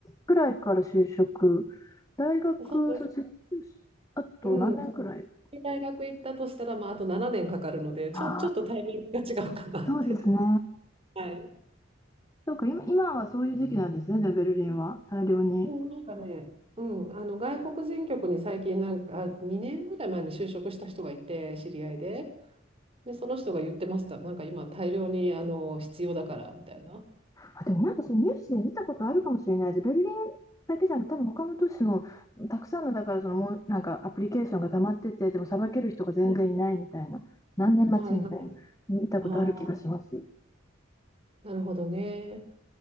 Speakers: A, on the left; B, on the right.
A: くらいから就職、大学卒業、
B: そうです
A: あと何年くらい。
B: うん、大学行ったとしたら、まあ、あと7年かかるので、ちょ、
A: ああ、
B: ちょっとタイミングが違うかなって。
A: そうですね。
B: はい。
A: そうか、今、今はそういう時期なんですね、じゃあベルリンは。大量に。
B: うんなんかね、うん、あの外国人局に最近なんか、2年ぐらい前に就職した人がいて、知り合いで、で、その人が言ってました、なんか今、大量にあの必要だからみたいな。
A: あ、でもなんかそのニュースで見たことあるかもしれないです。ベルリンだけじゃなくて、多分他の都市もたくさんのだからそのもうなんかアプリケーションが溜まってて、でもさばける人が全然いないみたいな、
B: はい
A: 何年待ちみたいな、
B: はいはい。
A: 見たことある気がします。
B: ああ、なるほどね。